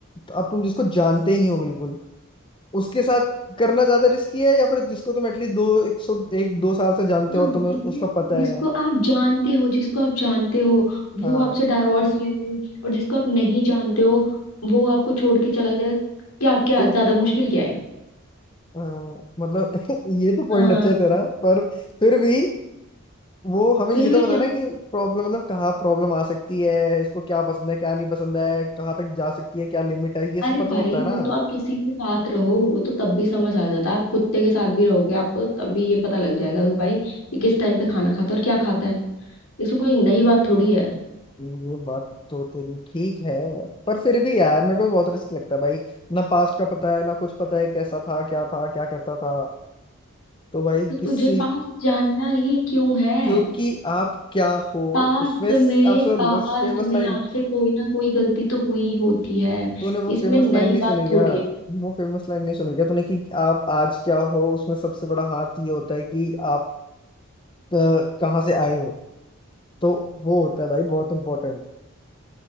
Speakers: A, on the left; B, on the left.
A: तो अब तुम जिसको जानते ही नहीं हो बिल्कुल उसके साथ करना ज्यादा रिस्की है या फिर जिसको तुम एटलीस्ट दो एक सौ एक दो साल से जानते
B: ना
A: हो और तुम्हें
B: जिसे
A: उसका पता
B: जिसको
A: है
B: आप जानते हो जिसको आप जानते हो वो
A: हाँ
B: आपसे डाइवोर्स ले ले और जिसको आप नहीं जानते हो वो आपको छोड़ के चला जाए क्या क्या
A: तो
B: ज्यादा मुश्किल क्या है
A: हाँ, मतलब <laughs> ये तो पॉइंट
B: हाँ
A: अच्छा है तेरा पर फिर भी वो हमें
B: फिर
A: ये
B: भी
A: तो पता
B: क्या
A: है ना कि प्रॉब्लम मतलब कहाँ प्रॉब्लम आ सकती है इसको क्या पसंद है क्या नहीं पसंद है कहाँ तक जा सकती है क्या लिमिट है ये
B: अरे
A: सब पता
B: भाई
A: होता है ना
B: वो तो आप किसी के साथ रहो वो तो तब भी समझ आ जाता है आप कुत्ते के साथ भी रहोगे आपको तो तब भी ये पता लग जाएगा कि भाई ये किस टाइम पे खाना खाता है और क्या खाता है इसमें कोई नई बात थोड़ी है
A: ये बात तो तेरी ठीक है पर फिर भी यार मेरे को बहुत रिस्क लगता है भाई ना पास्ट का पता है ना कुछ पता है कैसा था क्या था क्या करता था तो भाई
B: तो
A: किसी
B: तुझे पास्ट जानना ही क्यों है
A: क्योंकि आप क्या हो
B: पास्ट
A: उसमें स-
B: में
A: आप सुन
B: पास्ट
A: उस फेमस
B: में
A: लाइन
B: आपसे कोई ना कोई गलती तो हुई होती है
A: तूने वो
B: इसमें
A: फेमस
B: नई
A: लाइन नहीं
B: बात
A: सुनी क्या
B: थोड़ी है
A: वो फेमस लाइन नहीं सुनी क्या तूने कि आप आज क्या हो उसमें सबसे बड़ा हाथ ये होता है कि आप अ, कहाँ से आए हो तो वो होता है भाई बहुत इंपॉर्टेंट